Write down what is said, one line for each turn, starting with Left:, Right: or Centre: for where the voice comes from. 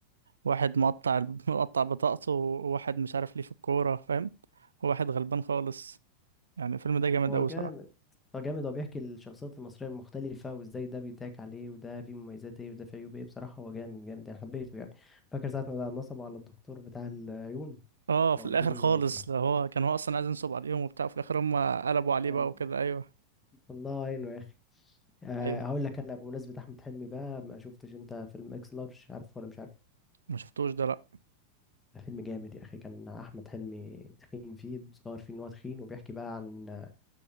Right: وواحد مقطع <laughs> مقطع بطاقته وواحد مش عارف ليه في الكوره فاهم وواحد غلبان خالص يعني الفيلم ده جامد
Left: هو
Right: قوي
Left: جامد
Right: صراحه
Left: هو جامد هو بيحكي الشخصيات المصرية المختلفة وازاي ده بيضحك عليه وده فيه مميزات ايه وده فيه عيوب ايه بصراحة هو جامد جامد يعني حبيته يعني فاكر ساعة ما بقى نصبوا على الدكتور بتاع العيون
Right: اه في
Left: ما
Right: الاخر
Left: قلت له
Right: خالص ده هو كان هو اصلا عايز ينصب عليهم وبتاع وفي الاخر هم قلبوا عليه
Left: آه،
Right: بقى وكده ايوه
Left: الله يعينه يا أخي آه،
Right: ايوه
Left: هقول لك انا بمناسبه احمد حلمي بقى ما شفتش انت فيلم اكس لارج عارفه ولا مش عارف
Right: ما شفتوش ده لا
Left: ده فيلم جامد يا اخي كان احمد حلمي تخين فيه بيصور فيه ان هو تخين وبيحكي بقى عن